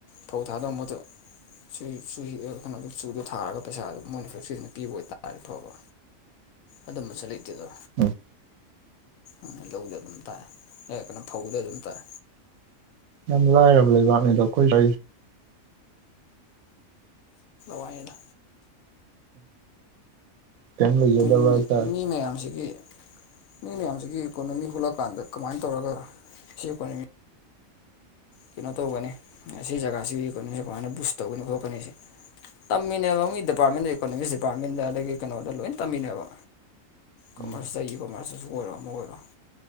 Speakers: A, on the left; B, on the right.
A: ꯐꯧ ꯊꯥꯗꯣꯛꯑꯝꯕꯗꯨ ꯁꯨ ꯆꯨ ꯀꯩꯅꯣꯗꯣ ꯆꯨꯗꯣ ꯊꯥꯔꯒ ꯄꯩꯁꯥꯗꯨꯣ ꯃꯣꯏꯅꯤꯐꯦꯛꯇ꯭ꯔꯤꯗꯨꯅ ꯄꯤꯕ ꯑꯣꯏꯇꯥꯔꯗꯤ ꯐꯕ ꯑꯗꯨꯝꯕꯁꯨ ꯂꯩꯇꯦꯗꯣ
B: ꯎꯝ
A: ꯎ ꯂꯧꯗ ꯑꯗꯨꯝ ꯇꯥꯏ ꯍ ꯀꯩꯅꯣ ꯐꯧꯗ ꯑꯗꯨꯝ ꯇꯥꯏ
B: ꯌꯥꯝ ꯂꯥꯛꯑꯦꯕ ꯋꯥꯅꯤꯗ ꯀꯣꯏ ꯀ
A: ꯂꯥꯏꯅ
B: ꯀꯅ ꯌꯗꯕ
A: ꯇꯨꯡꯒꯤ
B: ꯇ
A: ꯃꯤ ꯃꯌꯥꯝꯁꯤꯒꯤ ꯃꯤ ꯃꯌꯥꯝꯁꯤꯒꯤ ꯏꯀꯣꯅꯣꯃꯤ ꯍꯨꯜꯂꯛꯀꯥꯟꯗ ꯀꯃꯥꯏꯅ ꯇꯧꯔꯒ ꯁꯤ ꯏꯀꯣꯅꯣꯃꯤ ꯀꯩꯅꯣ ꯇꯧꯒꯅꯤ ꯁꯤ ꯖꯒꯥꯁꯤ ꯀꯩꯅꯣꯁꯦ ꯀꯃꯥꯏꯅ ꯕꯨꯁ ꯇꯧꯒꯅꯤ ꯈꯣꯠꯀꯅꯤꯁꯦ ꯇꯝꯃꯤꯅꯦꯕ ꯃꯤ ꯗꯤꯄꯥꯔꯠꯃꯦꯟꯗ ꯏꯀꯣꯅꯣꯃꯤꯛꯁ ꯗꯤꯄꯥꯔꯠꯃꯦꯟꯗ ꯑꯗꯒꯤ ꯀꯩꯅꯣꯗ ꯂꯣꯏ ꯇꯝꯃꯤꯅꯦꯕ ꯀꯃꯔꯁꯇꯒꯤ
B: ꯎꯝ
A: ꯀꯣꯃꯔꯁꯇꯁꯨ ꯑꯣꯏꯔꯣ ꯑꯃ ꯑꯣꯏꯔꯣ